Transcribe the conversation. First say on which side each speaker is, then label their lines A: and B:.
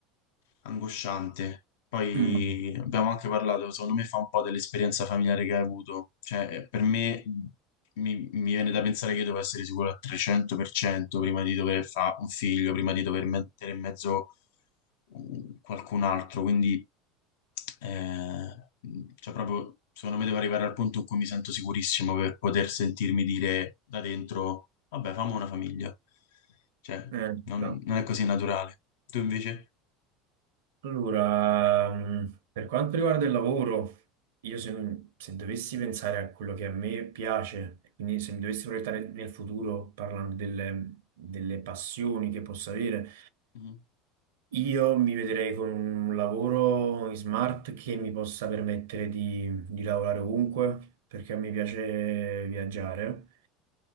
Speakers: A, on the left; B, on the right.
A: angosciante. Poi
B: mm.
A: abbiamo anche parlato, secondo me fa un po' dell'esperienza familiare che hai avuto. Cioè, eh, per me mi, mi viene da pensare che io devo essere sicuro al 300% prima di dover fare un figlio, prima di dover mettere in mezzo mm, qualcun altro. Quindi, eh, cioè proprio, secondo me devo arrivare al punto in cui mi sento sicurissimo per poter sentirmi dire da dentro, vabbè, famo una famiglia. Cioè,
B: Eh,
A: non
B: no.
A: non è così naturale. Tu invece?
B: Allora, mm, per quanto riguarda il lavoro, io se, se dovessi pensare a quello che a me piace, quindi se mi dovessi proiettare nel futuro parlando delle, delle passioni che posso avere,
A: Mhm.
B: Io mi vedrei con un lavoro in smart che mi possa permettere di, di lavorare ovunque, perché a me piace viaggiare.